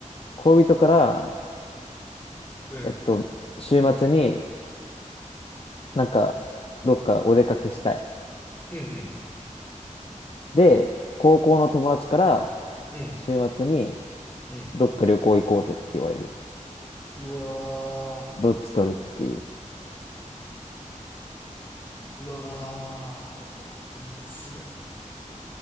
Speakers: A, on the left; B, on the left.
A: 恋人から、
B: うん。
A: えっと、週末になんかどっかお出かけしたい。
B: うん。うん。
A: で、高校の友達から
B: うん。
A: 週末に
B: うん。
A: どっか旅行行こうぜって言われる。
B: うわ
A: どっち取るっていう。
B: ー。うわー。むずっ。